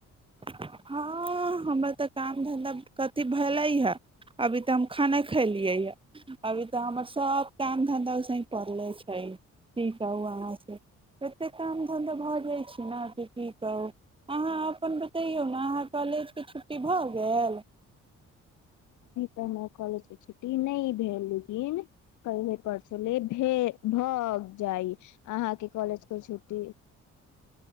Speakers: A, on the right (about 15°); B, on the left (about 75°).
A: हँ हमर तऽ काम धन्धा कथी भेलै हे अभी तऽ हम खाना खेलियै हए अभी तऽ हमर सब काम धधा स पड़ले छै की कहू अहाँ से एतेक काम धन्धा भऽ जाइ छै ने अथी ठीक है अहाँ अपन बतैयौ मह कलेज के छुट्टी भऽ गेल
B: त हमरा कॉलेज के छुट्टी नहि भेल लेकिन कले परसोले भेल भग जाइ अहाँके कॉलेज को छुट्टी